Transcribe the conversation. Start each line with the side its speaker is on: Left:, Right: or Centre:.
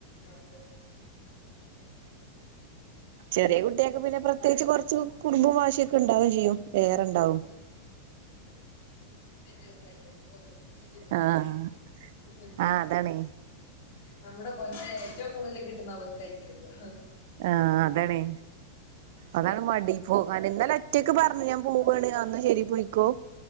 Left: ആ, അതെ
Right: ചെറിയ കുട്ട്യേക്ക് പിന്നെ പ്രത്യേകിച്ച് കൊറച്ച് കുറുമ്പും വാശിയൊക്കെണ്ടാവുംചെയ്യും. ഏറണ്ടാവും
Left: <unintelligible> കൊഞ്ചിപ്പിച്ച് കൊഞ്ചിച്ച്
Right: ആഹ്
Left: <unintelligible>
Right: ആഹ് അതാണ്
Left: നമ്മുടെ കൊ <inaudible> ഏറ്റവും കൂടുതൽ കിട്ടുന്ന അവർക്കായിരിക്കും. ഹാ
Right: ആ അതണേ അതാണ് മടി. പോകാന് ഇന്നലെ റ്റയ് ക്ക് പർഞ്ഞ് ഞാൻ പോവാണ് ആ ന്നാ ശരി പൊയ്ക്കോ